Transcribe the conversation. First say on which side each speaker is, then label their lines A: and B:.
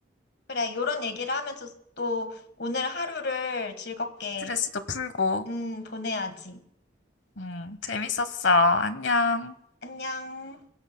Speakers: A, on the left (about 65°); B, on the left (about 85°).
A: 그래, 이런 얘기를 하면서 또 오늘 하루를 즐겁게,
B: 스트레스도 풀고.
A: 음, 보내야지.
B: 음, 재밌었어. 안녕.
A: 안녕.